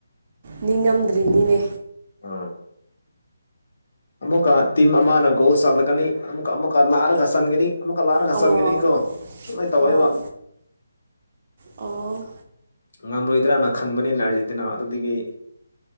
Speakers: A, on the right; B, on the left.
A: ꯅꯤꯡꯉꯝꯗ꯭ꯔꯤꯅꯤꯅꯦ
B: ꯑꯥ ꯑꯃꯨꯛꯀ ꯇꯤꯝ ꯑꯃꯅ ꯒꯣꯜ ꯆꯜꯂꯛꯀꯅꯤ ꯑꯃꯨꯛꯀ ꯑꯃꯨꯛꯀ ꯂꯥꯛꯑꯔꯒ ꯆꯟꯒꯅꯤ ꯑꯃꯨꯛꯀ ꯂꯥꯔꯒ
A: ꯑꯣ
B: ꯆꯪꯒꯅꯤꯀꯣ ꯑꯗꯨꯃꯥꯏꯅ ꯇꯧꯋꯦꯕ
A: ꯍꯣꯏ ꯑꯣ
B: ꯉꯝꯔꯣꯏꯗ꯭ꯔꯅ ꯈꯟꯕꯅꯤꯅ ꯑꯥꯔꯖꯦꯟꯇꯤꯅꯥ ꯑꯗꯨꯗꯒꯤ